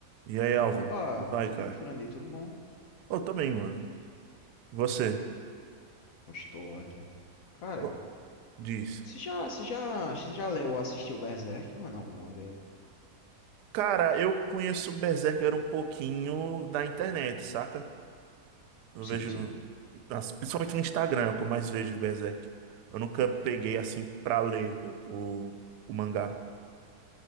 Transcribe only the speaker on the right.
E aí, Álvaro?
Como vai,
cara?
Eu também, mano. Você?
Ô, Diz.
Cara, eu conheço Berserker um pouquinho da internet, saca? Eu
vejo,
nas- principalmente no Instagram, é o que eu mais vejo de Berserk. Eu nunca peguei, assim, pra ler o, o, o mangá,